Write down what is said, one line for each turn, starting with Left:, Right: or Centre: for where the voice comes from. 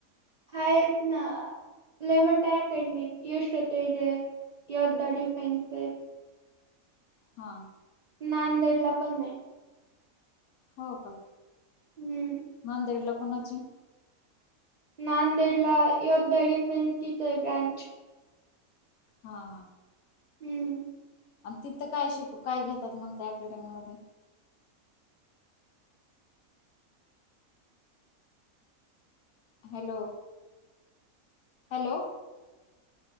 Right: आहेत ना. लयमठ्या अकॅडमीयत की. यशोतेजय, योद्धा डिफेन्सी.
Left: हां.
Right: नांदेडला पण आहे.
Left: हो का?
Right: हम्म.
Left: नांदेडला कुणाची?
Right: नांदेडला योद्धा डीफेन्सची तिथ ब्रांच.
Left: हा.
Right: हम्म.
Left: अन् तिथं काय शिक, काय घेतात मग त्या अकॅडमीमध्ये? Hello, hello.